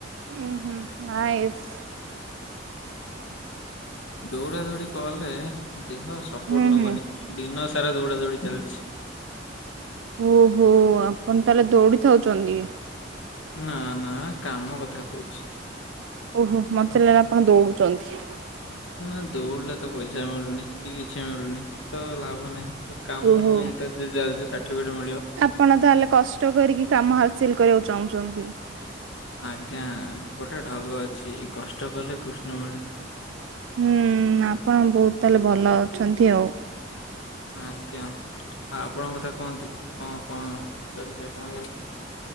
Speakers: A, on the right; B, on the left.
A: ହୁଁ ହୁଁ ନାଇସ୍।
B: ଦୌଡା ଦୌଡି କଲେ ଦେହ ସପୋର୍ଟ
A: ହୁଁ
B: ନବନି।
A: ହୁଁ
B: ଦିନ ସାରା ଦୌଡା ଦୌଡି ଚାଲିଛି।
A: ଓହୋ ଆପଣ ତାହେଲେ ଦୌଡିଥାଉଛନ୍ତି?
B: ନା ନା କାମ କଥା କହୁଛି।
A: ଓହୋ ମତେ ଲଲେ ଆପଣ ଦୌଡୁଛନ୍ତି।
B: ନା ଦୌଡିଲେ ତ ପଇସା ମିଳୁନି କି କିଛି ମିଳୁନି ତ ଲାଭ ନାହିଁ। ତ କାମ
A: ଓହୋ
B: ଇଣ୍ଟର ଜଲଦି ସାର୍ଟିଫିକେଟ ମିଳିବ।
A: ଆପଣ ତାହେଲେ କଷ୍ଟ କରିକି କାମ ହାସିଲ କରିବାକୁ ଚାହୁଁଛନ୍ତି?
B: ଆଜ୍ଞା ଗୋଟେ ଢଗ ଅଛି କଷ୍ଟ କଲେ କୃଷ୍ଣ ମିଳେ।
A: ହୁଁ ଆପଣ ବହୁତ ତାହେଲେ ଭଲ ଅଛନ୍ତି ଆଉ।
B: ଆଜ୍ଞା ଆ ଆପଣଙ୍କ କଥା କୁହନ୍ତୁ କଣ କଣ ଚାଲଚି ଆପଣଙ୍କର?